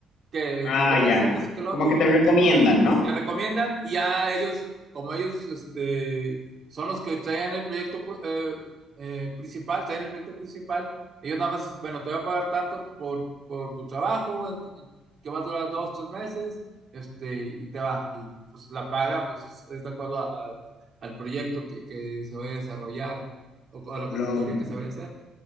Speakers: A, on the right; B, on the left.
A: que
B: Ah,
A: te interesa,
B: ya.
A: que eso, que el otro,
B: Como que te recomiendan, ¿no?
A: te recomiendan y ya ellos, como ellos este, son los que traen el proyecto pr- eh, eh, principal, traen el proyecto principal, ellos nada más, bueno, te voy a pagar tanto por, por tu trabajo, en- en- que va a durar dos, tres meses, este, y te va, y pues la paga, pues es de acuerdo a- a- al proyecto que, que se vaya a desarrollar o, con la
B: Lógico,
A: consultoría que se vaya a hacer.